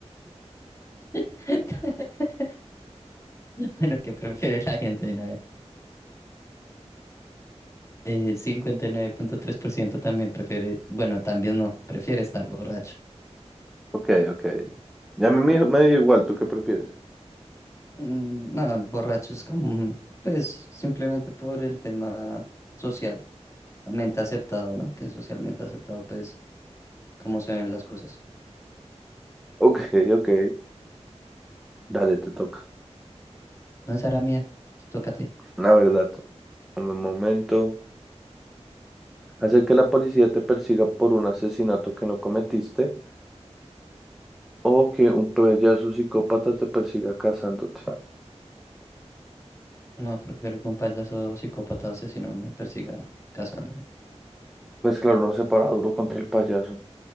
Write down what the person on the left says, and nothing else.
<laughs> Bueno, ¿qué prefiere la gente? A ver, eh, cincuenta y nueve punto tres por ciento también prefiere... Bueno, también no, prefiere estar borracho.
Mm, No, el borracho es como... Pues, simplemente por el tema social. mente aceptado, ¿no? Que es socialmente aceptado, pues, cómo se ven las cosas.
No es la mía, te toca a ti.
No, prefiero que un payaso psicópata asesino me persiga casándome.